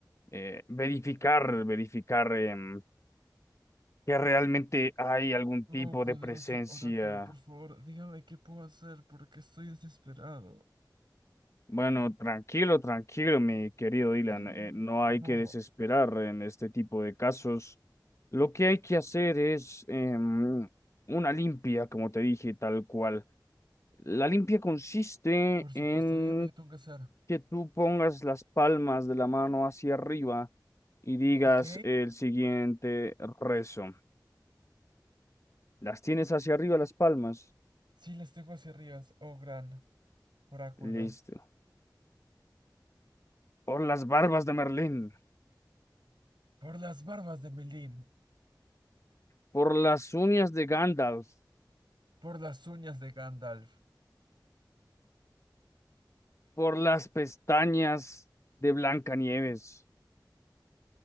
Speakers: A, on the left (about 40°); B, on the right (about 85°).
A: eh, verificar, verificar. em, que realmente hay algún
B: Oh,
A: tipo
B: poderoso
A: de presencia.
B: oráculo, por favor, dígame qué puedo hacer porque estoy desesperado.
A: Bueno, tranquilo, tranquilo, mi querido Dylan,
B: Mm.
A: eh, no hay
B: No,
A: que desesperar en este tipo de casos. Lo que hay que hacer es em, una limpia, como te dije, tal cual. La limpia consiste
B: por supuesto,
A: en
B: dígame qué tengo que hacer.
A: que tú pongas las palmas de la mano hacia arriba y digas
B: ¿Ok?
A: el siguiente rezo. Las tienes hacia arriba las palmas.
B: Sí, les tengo hacia arriba, oh gran oráculo.
A: Listo. por las barbas de Merlín,
B: Por las barbas de Melín,
A: por las uñas de Gandalf,
B: por las uñas de Gandalf,
A: por las pestañas de Blancanieves.